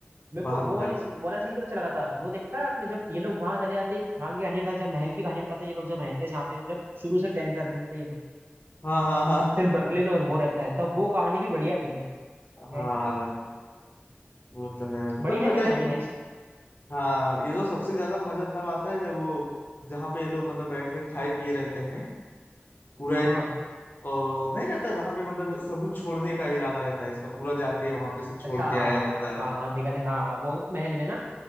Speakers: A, on the right; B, on the left.
A: मेरे
B: बाहर
A: को वो
B: निकाल
A: वाली सी- वाला सीन भी तो अच्छा लगा था वो देखा है आपने जब ये लोग वहां चले जाते वहां की कहानी बताते जब महल की कहानी बताते हैं, ये लोग जब रहते हैं जहाँ पे जब शुरू से प्लान कर रहे थे ये लोग
B: हाँ हाँ हाँ
A: सिर्फ बर्लिन और वो रहता है तब वो कहानी भी बढ़िया थी जब क्या
B: हाँ
A: है इसमें?
B: भाई वो तो है मतलब
A: बढ़िया
B: मजा
A: थी मानी
B: ही
A: हाइस्ट
B: हाँ ये तो सबसे ज्यादा मजा तब आता है जब वो जहाँ पे ये लोग मतलब बैठ के खाए पिए रहते हैं पूरा एक
A: हाँ
B: और नहीं रहता जहाँ पे मतलब सबूत छोड़ने का इरादा रहता है इसका पूरा जाके वहां पे सब छोड़
A: अच्छा
B: के
A: हाँ
B: आया रहता
A: हाँ हाँ
B: है
A: हाँ, देखा देखा हाँ वो महल में ना